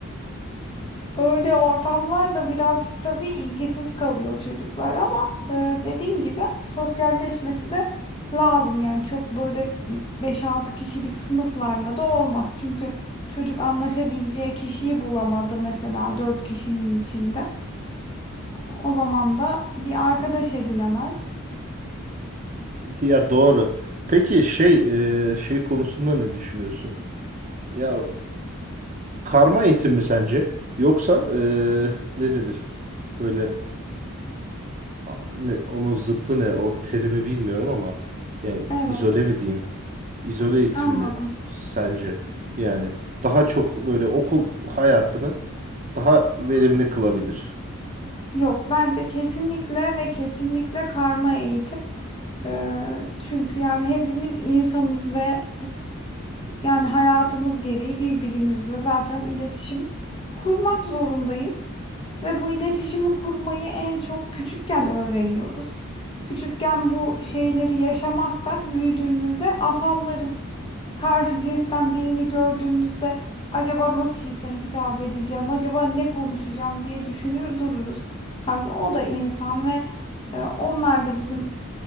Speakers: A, on the left; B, on the right.
A: Öyle ortamlarda birazcık tabii ilgisiz kalıyor çocuklar ama e, dediğin gibi sosyalleşmesi de lazım. Yani çok böyle beş altı kişilik sınıflarla da olmaz. Çünkü çocuk anlaşabileceği kişiyi bulamadı mesela 4 kişinin içinde. O zaman da bir arkadaş edinemez.
B: Ya doğru. Peki şey e, şey konusunda ne düşünüyorsun? Ya karma eğitim mi sence? Yoksa eee, ne denir? Böyle a- ne, onun zıttı ne? O terimi bilmiyorum ama yani
A: Evet,
B: izole mi diyeyim? İzole eğitim
A: anladım.
B: mi sence? Yani daha çok böyle okul hayatını daha verimli kılabilir.
A: Yok bence kesinlikle ve kesinlikle karma eğitim. E, çünkü yani hepimiz insanız ve Yani hayatımız gereği birbirimizle zaten iletişim kurmak zorundayız. Ve bu iletişimi kurmayı en çok küçükken öğreniyoruz. Küçükken bu şeyleri yaşamazsak büyüdüğümüzde afallarız. Karşı cinsten birini gördüğümüzde acaba nasıl his- hitap edeceğim, acaba ne konuşacağım diye düşünür dururuz. Halbuki o da insan ve e, onlar da bizim